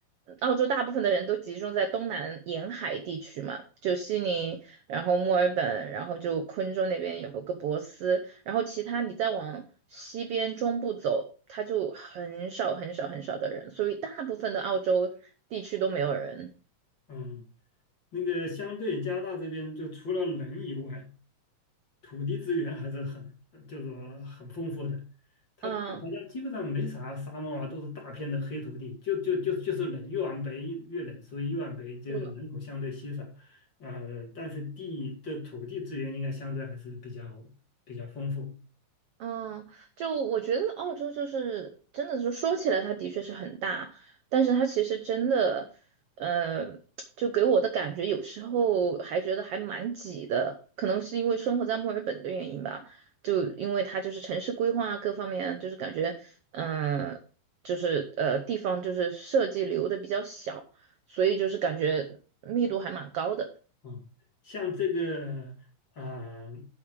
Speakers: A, on the right (about 70°); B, on the left (about 35°).
A: 澳洲大部分的人都集中在东南沿海地区嘛，就悉尼，然后墨尔本，然后就昆州那边有个珀斯，然后其他你再往西边中部走，它就很少很少很少的人，所以大部分的澳洲地区都没有人。
B: 嗯，那个相对加拿大这边就除了人以外。土地资源还是很，就是说很丰富的。它好像基本上没啥沙漠啊，
A: 嗯，
B: 都是大片的黑土地，就就就就是冷，越往北越冷，所以越往北就是人口相对稀少。
A: 是的，
B: 呃，但是地的土地资源应该相对还是比较比较丰富
A: 嗯，就我觉得澳洲就是真的，就说起来它的确是很大，但是它其实真的，呃，就给我的感觉有时候还觉得还蛮挤的，可能是因为生活在墨尔本的原因吧，就因为它就是城市规划啊各方面啊，就是感觉，嗯、就是呃地方就是设计留的比较小，所以就是感觉密度还蛮高的。
B: 啊。像这个啊、